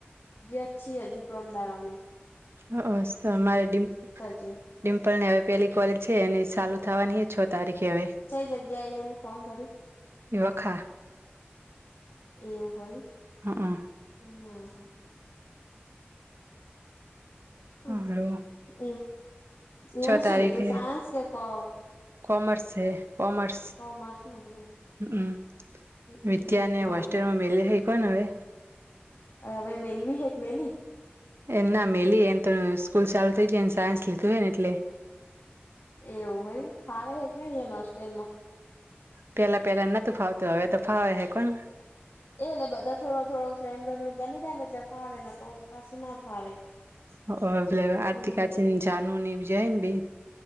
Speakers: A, on the left (about 75°); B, on the right (about 75°).
A: જે છી જી પરમ દાડામે
B: હ <unintelligible> ડિમ્પલ
A: જ્યાં
B: ને હવે પેલી કોલેજ છે એને ચાલુ થવાની હ છ તારીખે હવે
A: છેઈ જગ્યાએ એને ફોર્મ ભર્યું?
B: વખા.
A: એવું
B: હમ
A: હોય. હમ
B: હલો
A: હ એ
B: છ
A: એને ચોલી
B: તારીખે
A: તું સાયન્સ કે કો
B: કોમર્સ છે કોમર્સ
A: કોમર્સ નું
B: હમ.
A: હમ
B: મિત્યા ને
A: ના
B: હોસ્ટેલમાં
A: ના
B: મેલ્યો હ કોવાને હવે
A: હવે મેલ્વી હેક મેલી
B: એ ના મેલી એમ તો સ્કૂલ ચાલુ થઈ જાયને સાયન્સ લીધું હોય ને એટલે
A: એવું હોઈ ફાવે હે કે નહીં એને હોસ્ટેલમાં?
B: પેલા પહેલા નોતું ફાવતું હવે તો ફાવે હ કોણ
A: એટલે બધા થોડો થોડો ફ્રેન્ડો એવ બની દે ને એટલે ફાવે ને કોમ પાછું ના ફાવે
B: હ અ બલે આરતી
A: હમ
B: કાચીન જાનુની જૈન બી